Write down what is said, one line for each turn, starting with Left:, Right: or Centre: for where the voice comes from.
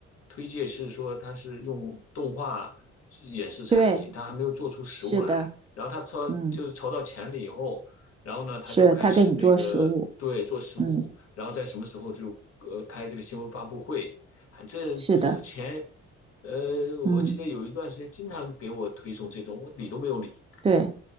Left: 推荐是说他是用动画演示产品，
Right: 对，
Left: 他还没有做出实物来。
Right: 是的，
Left: 然后他筹就是筹到钱了以后，
Right: 嗯，
Left: 然后呢他就开始那个对做实物，
Right: 是他给你做食物，嗯，
Left: 然后在什么时候就呃开这个新闻发布会。反正之前
Right: 是的，
Left: 呃我记得有一段时间经常给我推送这种，
Right: 嗯，
Left: 我理都没有理，
Right: 对，